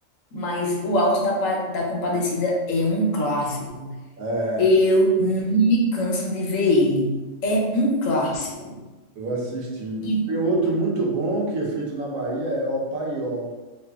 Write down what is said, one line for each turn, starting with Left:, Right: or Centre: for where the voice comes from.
Left: mas O Alto da, Pa- da Compadecida é um clássico.
Right: É.
Left: Eu não me canso de ver ele. É um clássico.
Right: Eu assisti. assistir.
Left: E
Right: Tem outro muito bom que é feito na Bahia, é O Paió.